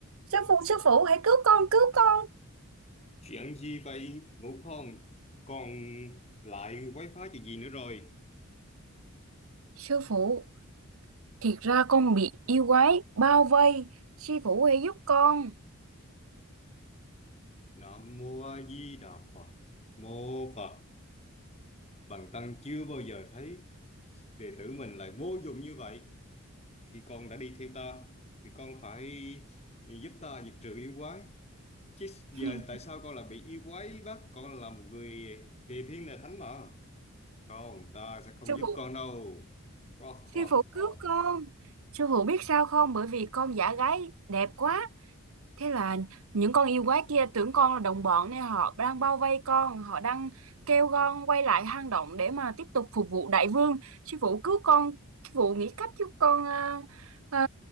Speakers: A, on the right (about 70°); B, on the left (about 30°).
A: sư phụ sư phụ hãy cứu con cứu con
B: Chuyện gì vậy ngủ không? Còn lại wifi chuyện gì nữa rồi?
A: Sư phụ, thiệt ra con bị yêu quái bao vây. Sư phụ hãy giúp con.
B: Nam Mô A Di Đà Phật Mô Phật Bần tăng chưa bao giờ thấy đệ tử mình lại vô dụng như vậy Khi con đã đi theo ta Thì con phải giúp ta diệt trừ yêu quái Chứ giờ
A: <laughs>
B: tại sao con lại bị yêu quái bắt Con là một người tề thiên là thánh mà Không, ta sẽ không
A: Sư
B: giúp
A: phụ,
B: con đâu Ho,
A: sư
B: ho,
A: phụ
B: ho.
A: cứu con. Sư phụ biết sao không? Bởi vì con giả gái đẹp quá. Thế là những con yêu quái kia tưởng con là đồng bọn nên họ đang bao vây con, họ đang kêu con quay lại hang động để mà tiếp tục phục vụ đại vương. Sư phụ cứu con, sư phụ nghĩ cách giúp con à, à,